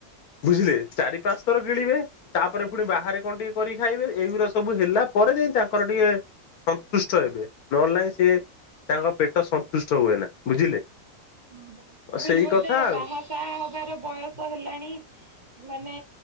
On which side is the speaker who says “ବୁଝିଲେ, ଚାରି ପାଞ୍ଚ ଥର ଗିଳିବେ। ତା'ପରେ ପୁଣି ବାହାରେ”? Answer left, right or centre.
Left